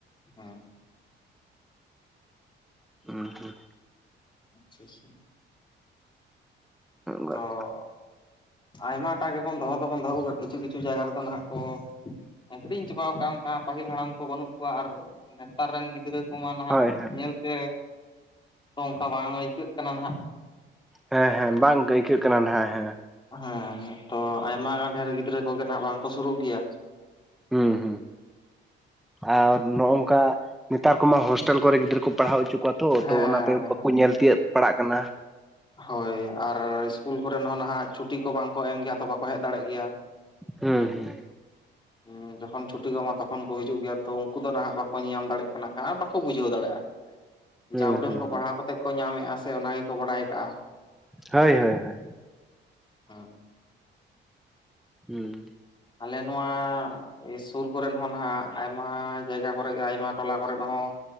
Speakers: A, on the left; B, in the centre.
A: ᱦᱮᱸ᱾
B: ᱦᱩᱸ ᱦᱩᱸ᱾
A: ᱟᱪᱪᱷᱟ ᱟᱪᱪᱷᱟ,
B: ᱦᱳᱭ
A: ᱛᱚᱼᱼ ᱟᱭᱢᱟ ᱴᱟᱜ ᱜᱮᱵᱚᱱ ᱫᱚᱦᱚ ᱫᱚᱵᱚᱱ ᱫᱚᱦᱚ ᱟᱹᱜᱩᱣ ᱠᱟᱫᱟ ᱠᱤᱪᱷᱩ ᱠᱤᱪᱷᱩ ᱡᱟᱭᱜᱟ ᱨᱮᱫᱚ ᱱᱟᱦᱟᱸᱜ ᱠᱚᱼᱼ ᱮᱸ ᱦᱤᱲᱤᱧ ᱪᱟᱵᱟᱣ ᱠᱟᱜ-ᱟ ᱚᱱᱠᱟ ᱯᱟᱦᱤᱞ ᱦᱟᱲᱟᱢ ᱠᱚ ᱵᱟᱹᱱᱩᱜ ᱠᱚᱣᱟ ᱟᱨ ᱱᱮᱛᱟᱨ ᱨᱮᱱ ᱜᱤᱫᱽᱨᱟᱹᱼᱼ ᱠᱩ ᱢᱟ ᱱᱟᱦᱟᱸᱜ
B: ᱦᱳᱭ
A: ᱧᱮᱞ ᱛᱮᱼᱼ ᱠᱟ ᱵᱟᱝ ᱟᱹᱭᱠᱟᱹᱜ ᱠᱟᱱᱟ ᱱᱟᱦᱟᱸᱜ᱾
B: ᱦᱮᱸ ᱦᱮᱸ ᱵᱟᱝ ᱟᱹᱭᱠᱟᱹᱜ ᱠᱟᱱᱟ ᱱᱟᱦᱟᱸᱜ ᱦᱮᱸ᱾
A: ᱦᱮᱸ ᱦᱮᱸ ᱛᱚ ᱟᱭᱢᱟ ᱜᱟᱱ ᱰᱷᱮᱨ ᱜᱤᱫᱽᱨᱟᱹ ᱠᱚᱜᱮ ᱱᱟᱦᱟᱸᱜ ᱵᱟᱝ ᱠᱚ ᱥᱩᱨᱩᱜ ᱜᱮᱭᱟ᱾
B: ᱦᱩᱸ ᱦᱩᱸ ᱟᱨ ᱱᱚ-ᱚᱝᱠᱟᱼᱼ ᱱᱮᱛᱟᱨ ᱠᱩᱢᱟ ᱦᱳᱥᱴᱮᱞ ᱠᱚᱨᱮ ᱜᱤᱫᱽᱨᱟᱹ ᱠᱩ ᱯᱟᱲᱦᱟᱣ ᱚᱪᱩ ᱠᱚᱣᱟ ᱛᱚ
A: ᱦᱮᱸ
B: ᱛᱚ ᱚᱱᱟᱛᱮ ᱵᱟᱹᱠᱩ ᱧᱮᱞ ᱛᱤᱭᱟᱹᱜ ᱯᱟᱲᱟᱜ ᱠᱟᱱᱟ᱾
A: ᱦᱚᱭ ᱟᱨ ᱤᱥᱠᱩᱞ ᱠᱚᱨᱮ ᱱᱚᱜ-ᱚ ᱱᱟᱦᱟᱸᱜ ᱪᱷᱩᱴᱤ ᱠᱚ ᱵᱟᱝ ᱠᱚ ᱮᱢ ᱜᱮᱭᱟ ᱛᱚ ᱵᱟᱠᱚ ᱦᱮᱡ ᱫᱟᱲᱮᱜ ᱜᱮᱭᱟ᱾
B: ᱦᱩᱸ ᱦᱩᱸ᱾
A: ᱦᱩᱸᱜᱼᱼ ᱦᱩᱸ ᱡᱚᱠᱷᱚᱱ ᱪᱷᱩᱴᱤ ᱠᱚ ᱮᱢᱟ ᱛᱚᱠᱷᱚᱱ ᱠᱚ ᱦᱤᱡᱩᱜ ᱜᱮᱭᱟ ᱛᱚ ᱩᱱᱠᱩ ᱫᱚ ᱱᱟᱦᱟᱸᱜ ᱵᱟᱠᱚ ᱧᱮ ᱧᱟᱢ ᱫᱟᱲᱮᱜ ᱠᱟᱱᱟ ᱟᱨ ᱵᱟᱠᱚ ᱵᱩᱡᱷᱟᱹᱣ ᱫᱟᱲᱮᱜ-ᱟ᱾
B: ᱦᱩᱸ
A: ᱡᱟ ᱩᱰᱟᱹᱝ
B: ᱦᱩᱸ
A: ᱠᱚ
B: ᱦᱩᱸ
A: ᱯᱟᱲᱦᱟᱣ ᱠᱟᱛᱮᱜ ᱠᱚ ᱧᱟᱢᱮᱜ-ᱟ ᱥᱮ ᱚᱱᱟ ᱜᱮᱠᱚ ᱵᱟᱲᱟᱭ ᱠᱟᱜ-ᱟ᱾
B: ᱦᱚᱭ ᱦᱚᱭ ᱦᱚᱭ᱾
A: ᱦᱮᱸ
B: ᱦᱩᱸᱻ᱾
A: ᱟᱞᱮ ᱱᱚᱶᱟᱼᱼ ᱮᱭ ᱥᱩᱨ ᱠᱚᱨᱮᱱ ᱦᱚᱸ ᱱᱟᱦᱟᱸᱜ ᱟᱭᱢᱟ ᱡᱟᱭᱜᱟ ᱠᱚᱨᱮ ᱜᱮ ᱟᱭᱢᱟ ᱴᱚᱞᱟ ᱠᱚᱨᱮᱱ ᱦᱚᱸᱼᱼ